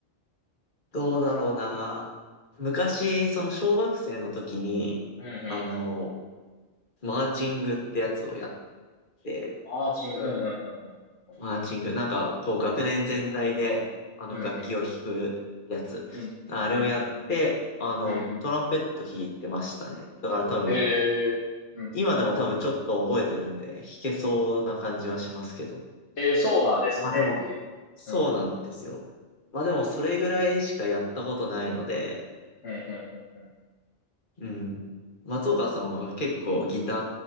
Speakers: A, on the left; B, on the left.
A: どうだろうな。昔、その小学生の時に、
B: うんうんうん。
A: あの、マーチングってやつをやって、
B: アーチング、うんうんうんうんうん。
A: マーチング、なんか、こう、学年全体で、あの、
B: うんうん
A: 楽器を弾くやつ。
B: うん。
A: あれをやって、
B: うんうん
A: あの、
B: うん。うんうん。
A: トランペット弾いてましたね。だから多分、
B: へえ。うんうんうん。
A: 今でも多分ちょっと覚えてるんで、弾けそうな感じはしますけど。
B: えー、そうなんですね。
A: まあでも、
B: え、
A: そうなんですよ。
B: うんうん。
A: まあでも、それぐらいしかやったことないので、
B: うんうんうんうん。
A: うん。松岡さんは結構ギタ